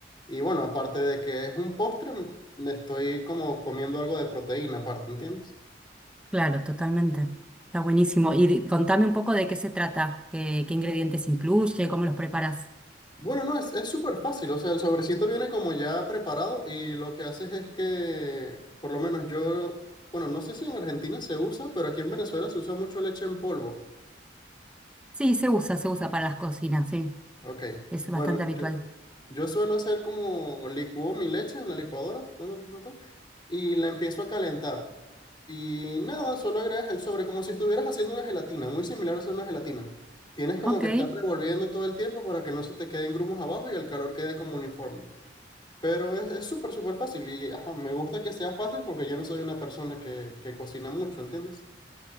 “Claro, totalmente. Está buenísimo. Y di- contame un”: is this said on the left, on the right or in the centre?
Centre